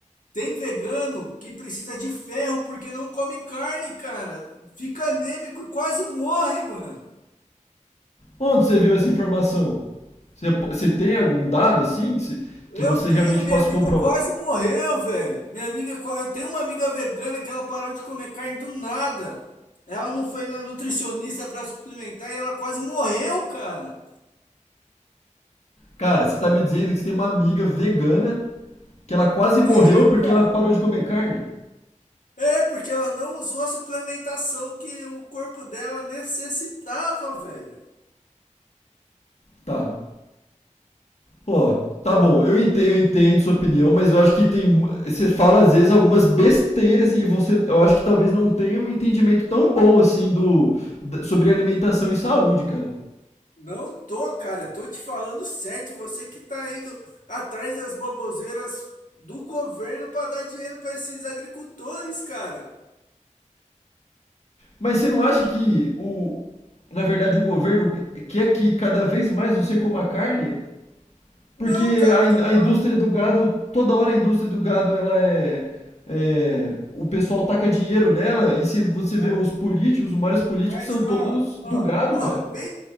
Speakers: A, on the left; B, on the left.
A: tem vegano que precisa de ferro porque não come carne, cara. Fica anêmico e quase morre, mano.
B: Onde você viu essa informação? Você, você tem algum dado assim que, se-
A: Eu
B: que você
A: tenho,
B: realmente
A: minha
B: possa
A: amiga
B: comprovar?
A: quase morreu, velho. Minha amiga, qua- eu tenho uma amiga vegana que ela parou de comer carne do nada. Ela não foi na nutricionista pra suplementar e ela quase morreu, cara.
B: Cara, você tá me dizendo que você tem uma amiga vegana que ela quase morreu
A: Tem,
B: porque
A: cara.
B: ela parou de comer carne?
A: É, porque ela não usou a suplementação que o corpo dela necessitava, velho.
B: Tá. Ó, tá bom, eu entendo, eu entendo sua opinião, mas eu acho que tem. Você fala às vezes algumas besteiras e você. Eu acho que talvez não tenha um entendimento tão bom assim do. da- sobre alimentação e saúde, cara.
A: Não tô, cara. Tô te falando certo. Você que tá indo atrás das baboseiras do governo pra dar dinheiro pra esses agricultores, cara.
B: Mas você não acha que o, na verdade, o governo quer que cada vez mais você coma carne?
A: Não,
B: Porque
A: cara,
B: a,
A: porque.
B: in- a
A: Pa...
B: indústria do gado, toda hora a indústria do gado, ela é, é, O pessoal taca dinheiro nela, e se você vê
A: Ah,
B: os políticos, os maiores políticos
A: Mas,
B: são todos
A: ó, ó,
B: do gado,
A: ó,
B: cara.
A: pen-